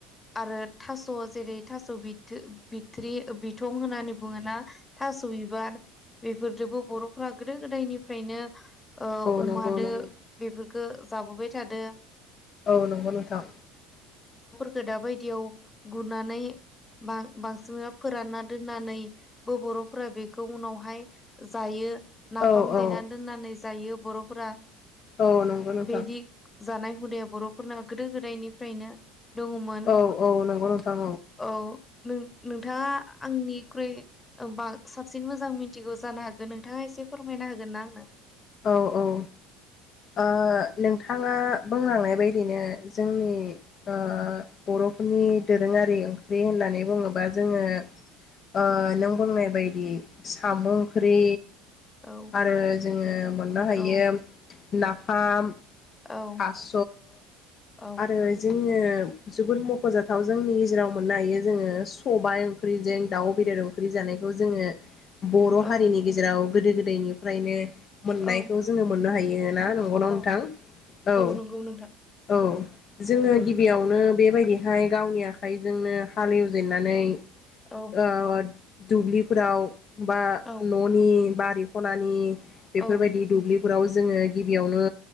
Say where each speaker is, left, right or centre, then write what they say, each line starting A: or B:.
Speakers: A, on the left; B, on the left.
A: आरो थास' जेरै थास' बिथो बिथ्रि बिथं होननानै बुङोना थास' बिबार बेफोरजोबो बर'फोरा गोदो गोदायनिफ्रायनो ओ
B: नंगौ
A: अमादो
B: नंगौ
A: बेफोर खो जाबोबाय थादो
B: औ नंगौ नोंथां
A: गोदा बायदियाव गुरनानै बां बांसिना फोरानना दोननानैबो बर'फोरा बेखौ उनावहाय जायो नाफाम
B: औ औ
A: देना दोननानै जायो बर'फोरा
B: औ नंगौ नोंथां
A: बिदि जानाय हुदाया बर'फोरना गोदो गोदायनिफ्रायनो दङमोन
B: औ औ नंगौ नोंथां
A: औ नो नोंथाङा आंनि ख्रुइ बा साबसिन मोजां मिथिगौ जानो हागो नोंथाङा एसे फोरमायना होगोन ना आंनो
B: औ औ औ ओ नोंथाङा बुंलांनाय बायदिनो जोंनि ओ बर'फोरनि दोरोङारि ओंख्रि होननानै बुङोबा जोङो ओ नों बुंनाय बायदि साम' ओंख्रि
A: औ
B: आरो जोङो मोननो हायो
A: औ
B: नाफाम
A: औ
B: थास'
A: औ
B: आरो जो ङो जोबोद मख'जाथाव जोंनि गेजेराव मोननो हायो जोङो सबाय ओंख्रिजों दाउ बेदर ओख्रि जानायखौ जोङो बर'
A: औ
B: हारिनि गेजेराव गोदो गोदायनि फ्रायनो मोननायखौ
A: औ
B: जोङो मोननो हायो ना नंगौना
A: औ
B: नोंथां? औ
A: नंगौ नोंथां
B: औ जोङो
A: औ
B: गिबियावनो बेबायदिहाय गावनि आखाइ जोंनो हालेवजेननानै
A: औ
B: ओ दुब्लिफोराव बा
A: औ
B: न'नि बारि खनानि बेफोरबायदि
A: औ
B: दुब्लिफोराव जोङो गिबियावनो